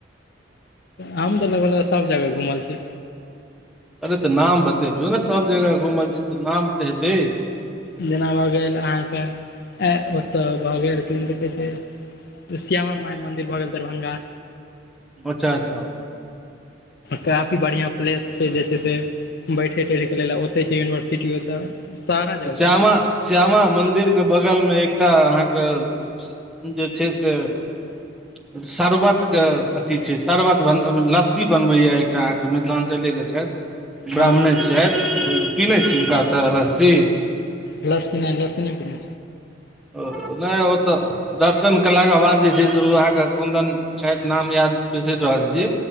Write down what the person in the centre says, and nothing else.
अरे तऽ नाम बतेबियौ न सब जगह घुमल छी तऽ नाम त हेतै
अच्छह अच्छह
श्यामा
श्यामा मन्दिर कऽ बगलमे एकटा अहाँ कऽ जे छै से <inaudible> शर्बत कऽ अथी छै शरबत बन लस्सी बनबै यऽ एकटा अहाँ कऽ मिथिलांचले कऽ छैथ ब्राह्मणे
छियैथ पीने छियै हुनका ओतऽ लस्सी
ओ नहि ओ तऽ दर्शन कलाके बाद जे छै से ओ अहाँके कोन्दन छथि नाम याद बिसरि रहल छी